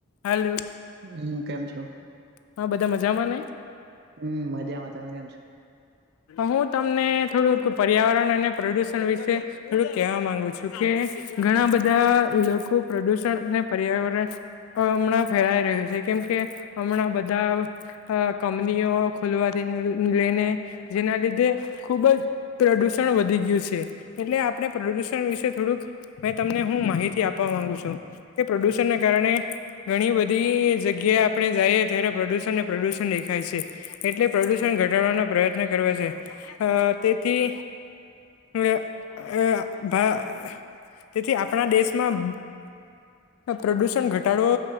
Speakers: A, on the left; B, on the right.
A: હાલો
B: હમ કેમ છો?
A: હા બધા મજામાં ને?
B: હમ મજામાં તમે કેમ છો?
A: હું તમને થોડુંક પર્યાવરણ અને પ્રદૂષણ વિશે થોડુંક કેહવા માંગુ છું, કે ઘણા બધા લોકો પ્રદૂષણ અને પર્યાવરણ પણ હમણાં ફેલાઈ રહ્યું છે. કેમ કે હમણાં બધ્ બધા અ કંપનીઓ ખુલવાથી, લઈને જેના લીધે ખુબ જ પ્રદૂષણ વધી ગયું છે. એટલે આપણે પ્રદૂષણ વિશે થોડુંક, મે તમને હું માહિતી આપ આપવા માંગું છું, કે પ્રદૂષણને કારણે ઘણી બધી જગ્યા આપણે જાઈએ ત્યારે પ્રદૂષણને પ્રદૂષણ દેખાય છે. એટલે પ્રદૂષણ ઘટાડવાનો પ્રયત્ન કરવો જોઈયે. અ તેથી અ અ ભા તેથી આપણા દેશમાં પ્રદૂષણ ઘટાડવો